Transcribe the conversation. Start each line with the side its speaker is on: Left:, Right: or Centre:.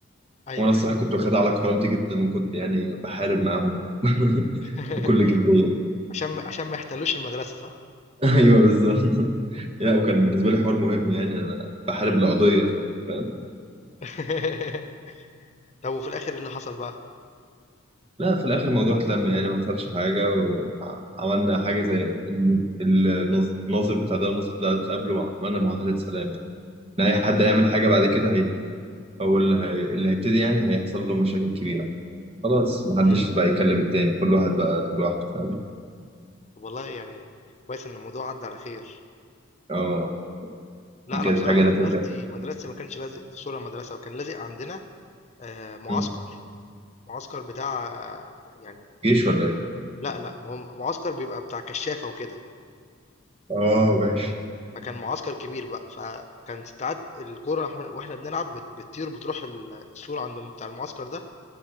Left: ايوه
Right: وانا الصراحة
Left: ايوه
Right: كنت واخدها على كرامتي جدا وكنت يعني بحارب معاهم <laughs>
Left: <laughs>
Right: بكل جدية <laughs>
Left: عشان عشان ما يحتلوش المدرسة صح
Right: ايوه بالظبط لا وكان بالنسبة لي حوار مهم يعني انا بحارب لقضية فاهم
Left: <laughs> طب وفي الاخر ايه اللي حصل بقى
Right: لا في الاخر الموضوع اتلم يعني ما حصلش حاجه وعملنا حاجه زي الم- الناظر الناظر بتاع ده النسخ ده اتقابله وعملنا معاهده سلام ان اي حد هيعمل حاجه بعد كده هي هو اللي, هي... اللي هيبتدي يعني هيحصل له مشاكل كبيره خلاص ما
Left: امم
Right: حدش بقى يكلم التاني كل واحد بقى لوحده فاهم
Left: والله يعني كويس ان الموضوع عدى على خير
Right: اه
Left: لا
Right: دي كانت
Left: انا بصراحة
Right: حاجه
Left: مدرستي
Right: انا فاكرها
Left: مدرستي ما كانش لازق في سور المدرسة وكان لازق عندنا آه، معسكر
Right: مم.
Left: معسكر بتاع يعني
Right: جيش ولا ايه
Left: لا لا هو معسكر بيبقى بتاع كشافة وكده
Right: اه ماشي
Left: فكان معسكر كبير بقى فكان ساعات الكورة واحنا وإحنا بنلعب بت- بتطير بتروح ال- السور عند بتاع المعسكر ده